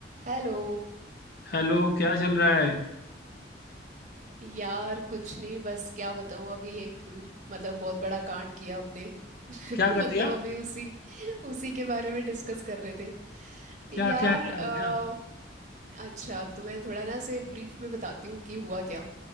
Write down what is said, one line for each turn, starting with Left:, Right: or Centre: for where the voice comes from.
Right: Hello
Left: Hello क्या चल रहा है
Right: यार कुछ नहीं बस क्या बताऊं अभी एक मतलब बहुत बड़ा कांड किया हमने <laughs>
Left: क्या कर
Right: मतलब
Left: दिया
Right: अभी उसी उसी के बारे में डिस्कस कर रहे थे
Left: क्या
Right: यार
Left: क्या क्या
Right: अ,
Left: हो गया
Right: अच्छा तुम्हें थोड़ा ना से ब्रीफ में बताती हूँ कि हुआ क्या